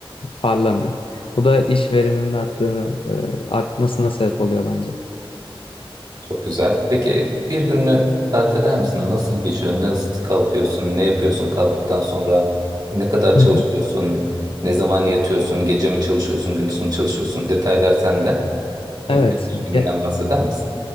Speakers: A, on the left; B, on the right.
A: parlamıyor. Bu da iş verimimin arttığını, eee, artmasına sebep oluyor bence.
B: Çok güzel. Peki bir gününü tarif eder misin? Nasıl geçiyor? Nasıl kalkıyorsun? Ne yapıyorsun kalktıktan sonra? Ne kadar
A: Hı
B: çalışıyorsun?
A: hı.
B: Ne zaman yatıyorsun? Gece mi çalışıyorsun? Gündüz mü çalışıyorsun? Detaylar sende. Böyle
A: Evet.
B: bir iş gününden
A: Ge-
B: bahseder misin?